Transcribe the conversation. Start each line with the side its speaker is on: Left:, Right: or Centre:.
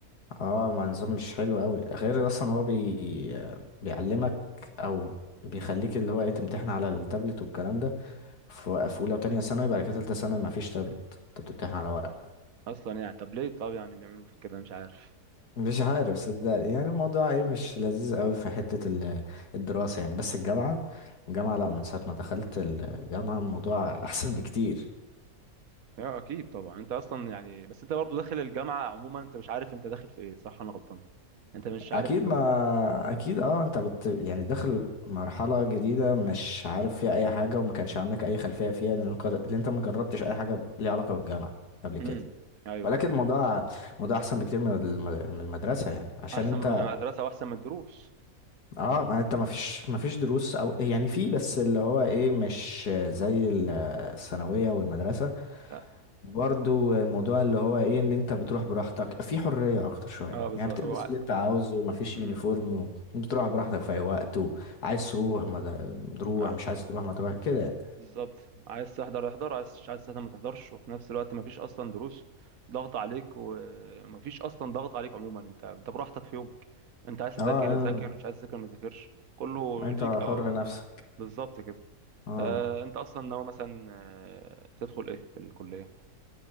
Left: اه ما النظام مش حلو قوي غير اصلا هو بي... آه، بيعلمك او بيخليك اللي هو ايه تمتحن على التابلت والكلام ده في في اولى وتانية ثانوي بعد كده تالتة ثانوي ما فيش تابلت انت بتمتحن على ورق
Right: اصلا يعني طب ليه طب يعني بيعملوا في كده مش عارف
Left: مش عارف صدقني يعني الموضوع ايه مش لذيذ قوي في حتة ال- الدراسة يعني بس الجامعة الجامعة لا من ساعة ما دخلت الجامعة الموضوع احسن بكتير
Right: اه اكيد طبعا انت اصلا يعني بس انت برضو داخل الجامعه عموما انت مش عارف انت داخل في ايه صح ولا غلطان انت مش عارف
Left: اكيد
Right: ب...
Left: ما
Right: <laughs>
Left: اكيد اه انت بت يعني داخل مرحلة جديدة مش عارف فيها اي حاجة وما كانش عندك اي خلفية فيها لان قد- لأن انت ما جربتش اي حاجة ليها علاقة بالجامعة قبل كده
Right: امم ايوه
Left: ولكن
Right: ايوه انت
Left: الموضوع موضوع احسن بكتير من الم- من المدرسة يعني عشان
Right: احسن
Left: انت
Right: من <laughs> المدرسه واحسن من الدروس
Left: اه ما انت ما فيش ما فيش دروس او يعني في بس اللي هو ايه مش زي ال- الثانوية والمدرسة
Right: لا
Left: برضو الموضوع اللي هو ايه ان انت بتروح براحتك في حرية اكتر شوية
Right: اه بالظبط
Left: يعني بتلبس
Right: أو ع-
Left: اللي انت عاوزه وما فيش
Right: امم
Left: يونيفورم وبتروح براحتك في اي وقت وعايز تروح ما د- تروح
Right: ع-
Left: مش عايز تروح ما تروح كده يعني
Right: بالظبط عايز تحضر احضر عايز مش عايز تحضر ما تحضرش وفي نفس الوقت مفيش اصلا دروس ضغط عليك ومفيش اصلا ضغط عليك عموما انت انت براحتك في يومك انت عايز تذاكر
Left: اه
Right: ذاكر مش عايز تذاكر ما تذاكرش كله
Left: إن- انت
Right: ليك
Left: حر
Right: او
Left: نفسك
Right: بالظبط كده
Left: اه
Right: آه، انت اصلا ناوي مثلا آه، تدخل ايه في الكليه